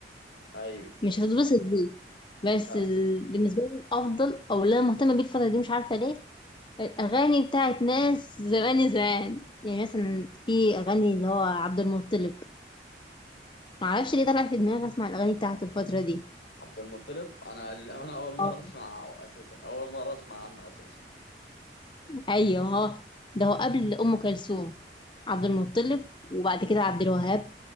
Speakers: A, on the left (about 70°); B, on the left (about 25°).
A: ايوه
B: مش هتتبسط بيه بس
A: فعلا
B: ال- بالنسبه لي الافضل او اللي انا مهتمه بيه الفتره دي مش عارفه ليه الاغاني بتاعت ناس زمان زمان يعني مثلا في اغاني اللي هو عبد المطلب معرفش ليه طلع في دماغي اسمع الاغاني بتاعته الفتره دي
A: عبد المطلب انا للامانه اول مره
B: اه
A: اسمعه اساسا اول مره اسمع عنه اساسا
B: ايوه هو ده هو قبل ام كلثوم عبد المطلب وبعد كده عبد الوهاب